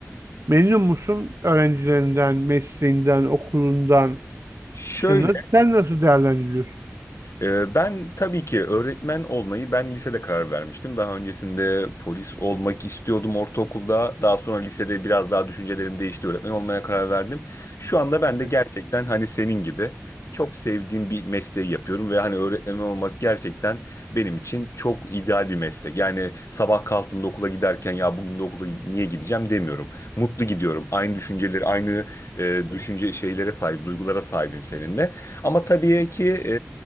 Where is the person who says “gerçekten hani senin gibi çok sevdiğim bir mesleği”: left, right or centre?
Left